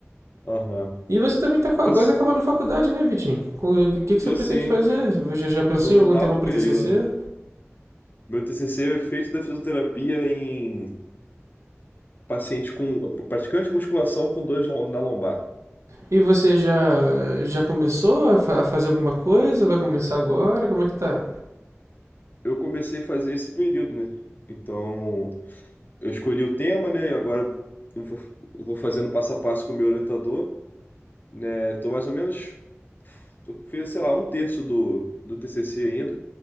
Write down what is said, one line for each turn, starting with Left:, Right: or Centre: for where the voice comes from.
Left: Aham.
Right: E você também tá quase
Left: Você-
Right: acabando a faculdade, né, Vitinho? O que, que
Left: Tô
Right: você pretende
Left: sim,
Right: fazer? Você já, já pensou
Left: tô no
Right: em algum
Left: oitavo
Right: tema para
Left: período.
Right: TCC?
Left: Meu TCC é feito da fisioterapia em pacientes com praticante de musculação com dores lom- na lombar.
Right: E você já já começou a, fa- a fazer alguma coisa? Vai começar agora? Como é que tá?
Left: eu comecei a fazer esse período, né? Então, eu escolhi o tema, né? E agora eu vou, eu vou fazendo passo a passo com o meu orientador, né? Tô mais ou menos, eu fiz, sei lá, um terço do, do TCC ainda,